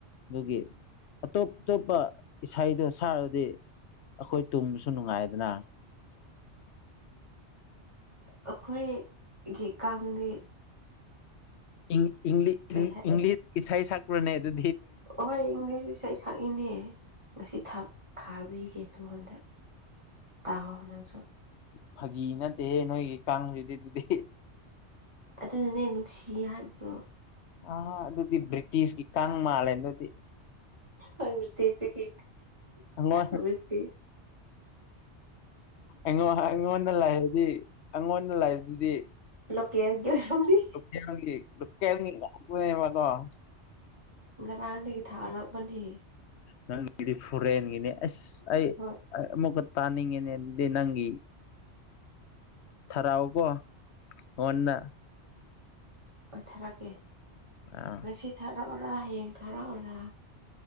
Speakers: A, on the left; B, on the right.
A: ꯑꯗꯨꯒꯤ ꯑꯇꯣꯞ ꯑꯇꯣꯞꯄ ꯏꯁꯩꯗꯣ ꯁꯥꯔꯗꯤ ꯑꯩꯈꯣꯏ ꯇꯨꯝꯕꯁꯨ ꯅꯨꯡꯉꯥꯏꯗꯅ
B: ꯑꯩꯈꯣꯏꯒꯤ ꯀꯥꯡꯗꯤ
A: ꯏ ꯏꯂꯤ ꯏ
B: ꯀꯩ ꯍꯥꯏ
A: ꯏꯪꯂꯤꯁ ꯁꯥꯏ ꯁꯥꯀꯅꯦ ꯑꯗꯨ
B: ꯍꯣꯏ ꯏꯪꯂꯤꯁ ꯏꯁꯩ ꯁꯛꯏꯅꯦ ꯉꯁꯤ ꯊꯥꯛ ꯊꯥꯕꯤꯒꯦ ꯅꯪ ꯑꯣꯟꯗ ꯇꯥꯛꯑꯣ ꯅꯪꯁꯨ
A: ꯐꯥꯒꯤ ꯅꯠꯇꯦ ꯅꯣꯏꯒꯤ ꯀꯥꯡꯁꯤꯗꯤ ꯑꯗꯨꯗꯤ
B: ꯑꯗꯨꯅꯅꯦ ꯅꯨꯡꯁꯤ ꯍꯥꯏꯕꯗꯣ
A: ꯑ ꯑꯗꯨꯗꯤ ꯕ꯭ꯔꯤꯇꯤꯁꯀꯤ ꯀꯥꯡꯪ ꯃꯥꯜꯂꯦ ꯑꯗꯨ
B: ꯑꯕꯔꯇꯤꯁꯤ
A: ꯑꯩꯉꯣꯟ
B: ꯑꯕꯔꯇꯤ
A: ꯑꯩꯉꯣꯟꯗ ꯂꯥꯏꯏꯕꯗꯤ ꯑꯩꯉꯣꯟꯗ ꯂꯥꯏꯏꯕꯗꯨꯗꯤ
B: ꯂꯣꯀꯦꯜꯒꯤ ꯑꯣꯏꯔꯝꯅꯤ
A: ꯂ ꯂꯀ ꯂꯥꯛꯕꯀꯣ <inaudible>
B: ꯉꯔꯥꯡꯗꯒꯤ ꯊꯥꯔꯛꯄꯅꯦ
A: ꯅꯪꯒꯤꯗꯤ ꯐꯣꯔꯦꯟꯒꯤꯅꯤ ꯑꯁ ꯑꯩ
B: ꯍꯣꯏ
A: ꯑꯃꯨꯛꯀ ꯇꯥꯅꯤꯡꯉꯤꯅꯦꯗꯤ ꯅꯪꯒꯤ ꯊꯔꯛꯑꯣꯀꯣ ꯅꯟꯅ
B: ꯍ ꯊꯥꯔꯛꯀꯦ
A: ꯑꯥ
B: ꯉꯁꯤ ꯊꯥꯔꯛꯎꯔꯥ ꯍꯌꯦꯡ ꯊꯥꯔꯛꯎꯔꯥ